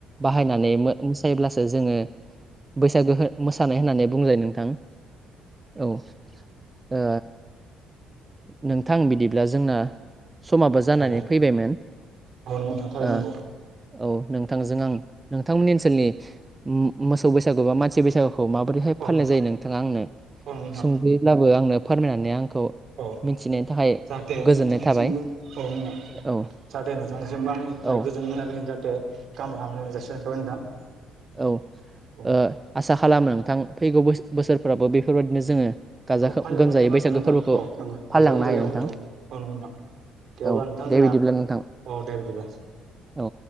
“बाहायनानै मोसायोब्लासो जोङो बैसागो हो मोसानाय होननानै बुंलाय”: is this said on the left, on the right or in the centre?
Right